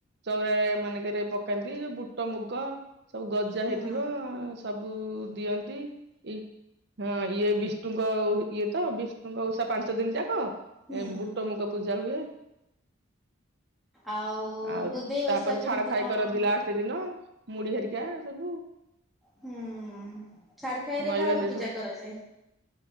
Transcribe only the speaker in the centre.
ହୁଁ
ହୁଁ।
ଆଉ
ବୁଧେଇ
ଓଷା କେମିତି
କଣ?
ହୁଁ ଛାଡ଼ ଖାଇରେ
କାହାକୁ
ପୂଜା କରାଯାଏ।